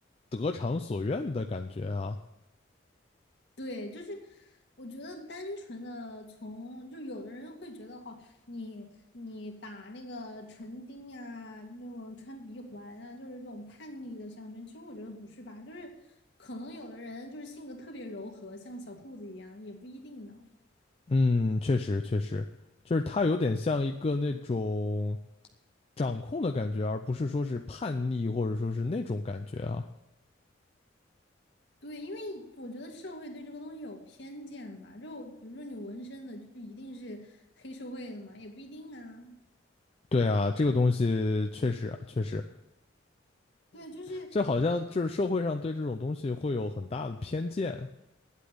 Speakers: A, on the left; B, on the left.
A: 得偿所愿的感觉啊。
B: 对，就是我觉得单纯的从，就有的人会觉得哦，你你打那个唇钉啊，那种穿鼻环啊，就是这种叛逆的象征。其实我觉得不是吧，就是可能有的人就是性格特别柔和，像小兔子一样，也不一定呢。
A: 嗯，确实确实，就是它有点像一个那种掌控的感觉，而不是说是叛逆或者说是那种感觉啊。
B: 对，因为我觉得社会对这个东西有偏见吧，就比如说你纹身的，就一定是黑社会的嘛，也不一定啊。
A: 对啊，这个东西确实啊，确实。
B: 对，就是
A: 这好像就是社会上对这种东西会有很大的偏见啊。